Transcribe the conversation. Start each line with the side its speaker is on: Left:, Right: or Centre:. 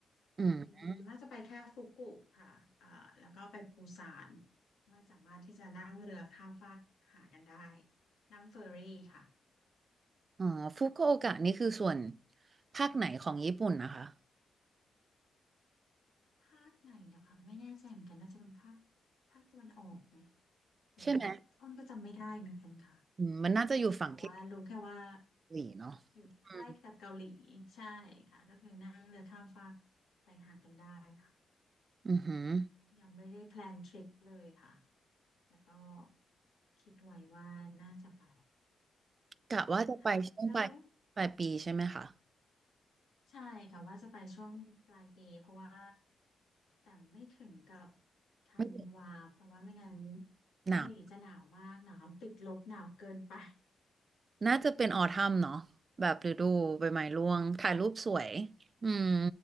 Right: อืม
Left: อืมน่าจะไปแค่ฟุกุค่ะอ่าแล้วก็ไปปูซานมันสามารถที่จะนั่งเรือข้ามฟากหากันได้นั่งเฟอร์รี่ค่ะ
Right: อ๋อฟุกุโอกะนี่คือส่วนภาคไหนของญี่ปุ่นนะคะ
Left: ภาคไหนนะคะไม่แน่ใจเหมือนกันน่าจะเป็นภาคภาคตะวันออกไหมหรือไม่ก็อ้นก็จำไม่ได้เหมือนกันค่ะ
Right: ใช่ไหมอืมมันน่าจะอยู่ฝั่งที่เกา
Left: แต่ว่ารู้แค่ว่า
Right: หลีเนาะ
Left: อยู่ใกล้กับเกาหลี
Right: อืม
Left: ใช่ค่ะก็คือนั่งเรือข้ามฟากไปหากันได้ค่ะ
Right: อือหือ
Left: ยังไม่ได้แพลนทริปเลยค่ะแต่ก็คิดไว้ว่าน่าจะไป
Right: กะว่าจะไปช่วงปลายปลายปีใช่ไหมคะ
Left: ค่ะแล้วใช่ค่ะว่าจะไปช่วงปลายปีเพราะว่าแต่ไม่ถึงกับธันวาเพราะว่าไม่งั้น
Right: ไม่ถึง
Left: เกาหลีจะหนาวมากหนาวติดลบหนาวเกินไป
Right: หนาวน่าจะเป็นออทัมเนาะแบบฤดูใบไม้ร่วงถ่ายรูปสวยอืม